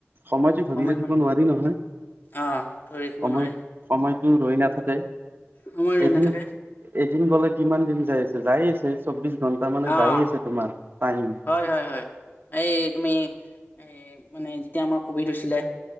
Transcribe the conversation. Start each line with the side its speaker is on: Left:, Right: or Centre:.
Right: সময়টো ধৰি
Left: সময়
Right: ৰাখিব
Left: মানে।
Right: নোৱাৰি নহয়
Left: অ ধৰি ৰাখিব
Right: সময়
Left: নোৱাৰি।
Right: সময়টো ৰৈ নাথাকে,
Left: সময় ৰৈ
Right: এদিন
Left: নাথাকে
Right: এদিন গ'লে কিমান দিন যাই আছে যাই আছে চৌবিশ ঘণ্টা মানে
Left: অ
Right: যায় আছে তোমাৰ টাইম।
Left: হয় হয় হয়, এই তুমি এই মানে যেতিয়া আমাৰ কভিড হৈছিলে